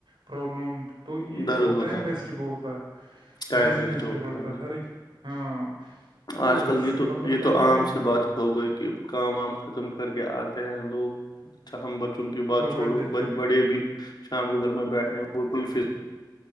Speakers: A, on the right; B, on the left.
A: پرابلم تو یہ
B: درد
A: اور
B: ہوتا
A: ٹائم
B: ہے
A: ویسٹ بہت پر
B: ٹائم
A: لیزنیس
B: ویسٹ ہوتا
A: بھی بڑھتا ہے
B: جی
A: ہر ایک ہاں تو
B: آج کل
A: اس-
B: یہ تو
A: مطلب
B: یہ
A: فائدے
B: تو عام
A: بھی
B: سی بات ہو گئی کے کام وام ختم کر کے آتے ہیں لوگ اچھا ہم بچوں کی بات
A: موبائل
B: چھوڑو
A: دیکھتے
B: بچ بڑے بھی شام کو گھر میں بیٹھنے وہ کوئی ف